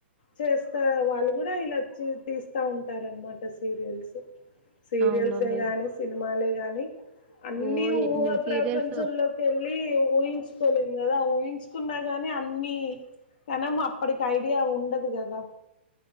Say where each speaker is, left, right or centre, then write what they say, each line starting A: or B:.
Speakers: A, on the left (about 50°); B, on the right (about 20°).
A: చేస్తా వాళ్ళు కూడా ఇలాచ్చి తీస్తా ఉంటారు. అనమాట సీరియల్స్ సీరియల్సే
B: అవునండి
A: కానీ సినిమాలే గానీ అన్నీ
B: ఓ ఎన్ని
A: ఊహా
B: సీరియల్స్
A: ప్రపంచంలోకెళ్ళి కోలేం కదా ఊహించుకున్నా గాని అన్ని కనం అప్పటికి ఐడియా ఉండదు. కదా